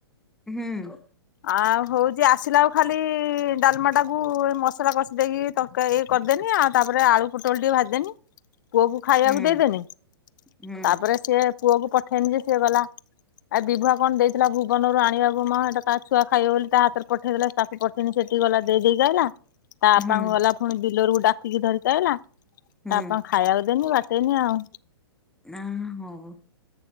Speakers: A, in the centre; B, on the left (about 50°).
A: ହୁଁ।
B: ଆଉ ହଉଚି ଆସିଲେ ଆଉ ଖାଲି ଡାଲମାଟାକୁ ମସଲା କଷି ଦେଇକି। ତରକାରି କରଦେନି ଆଉ ତାପରେ ଆଳୁ ପୋଟଳ ଟିକେ ଭାଜିଦେନି ପୁଅକୁ। ଖାଇବାକୁ
A: ହୁଁ
B: ଦେଇଦେନି
A: ହୁଁ
B: ତାପରେ ସିଏ। ପୁଅ କୁ ପଠେଇନି ଯେ ସିଏ ଗଲା ଆ ବିଭୁଆ କଣ ଦେଇଥିଲା ଭୁବନରୁ ଆଣିବାକୁ ମ ହେଟା। ତା ଛୁଆ ଖାଇବ ବୋଲି ତା ହାତରେ ପଠେଇଦେଲା ତାକୁ ପଠେଇନି ସେଠିକି ଗଲା ଦେଇଦେଇକି ଆଇଲା ତା ବାପାଙ୍କୁ
A: ହୁଁ
B: ଗଲା। ପୁଣି ବିଲରୁ ଡାକିକି ଧରିକି ଆଇଲା।
A: ହୁଁ
B: ତାପ ଖାଇବାକୁ ଦେନି ବାଟେଇନି ଆଉ।
A: ନାଁ ହଉ।